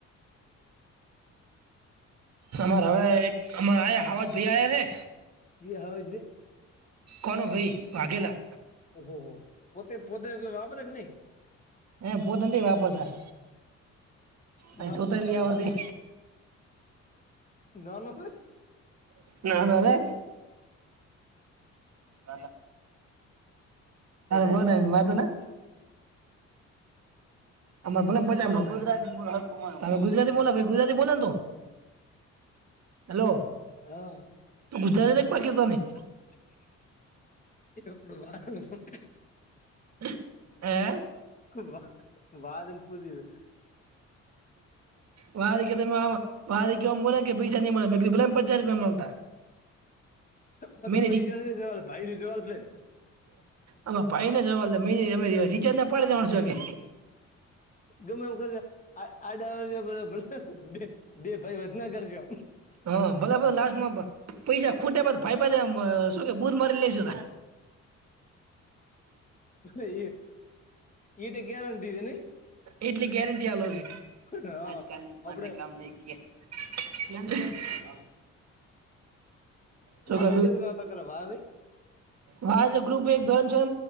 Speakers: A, on the right (about 60°); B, on the left (about 25°).
A: અમારે હવે એક અમારે આ હવાજ ભઈ આયા હે
B: રી હાવજ ઈ
A: કોનુંભાઈ વાઘેલા
B: ઓહોહો પોતે પોતે વાપર કે ની
A: હે પોતે નથી વાપરતા અહીં
B: ન
A: ધોતંદી આવડતી
B: ન નાનો છે
A: નાનો છે <unintelligible> વાત અ ને
B: <inaudible>
A: અમારે ભાલે <unintelligible> તમે ગુજરાતી બોલો મને હરખું તમે ગુજરાતી બોલો ગુજરાતી બોલ ને તું હલો
B: હા
A: તું ગુજરાતી છે કે પાકિસ્તાની
B: <unintelligible>
A: એ
B: વા વાહજી ને પૂછીજો
A: વા કીતે મા વાહ કે એમ બોલેન પૈસા ની મળતા મેં કીધું ભલે ને પચાસ રૂપિયા મળતા
B: હ
A: મેં
B: તો પૈસાનો ની સવાલ ભાઈનો સવાલ છે
A: આ ભાઈને સવાલ છે મહીને અમે રિચાર્જ ના પાડી જણસો કે
B: ગમે એમ કર આ આડા <unintelligible> બે ભાઈ વધના કરસો
A: હ ભલે આપડે લાસ્ટમાં પૈસા ખૂટ્યા બાદ ભાઈ પાસે શું કે બુધ મારીને લેશુ
B: એ એ એટે ગેરંટી છે નિઇ
A: એટલી ગેરંટી આલો કે
B: હા
A: આજકાલ ઉત્પાન
B: આપડે
A: મેં કામ નહી કિયા <inaudible> શું
B: વાલ
A: કે
B: <unintelligible> વાહ ભાઈ
A: મારું <unintelligible> ગ્રુપ એક જોઇન છોએ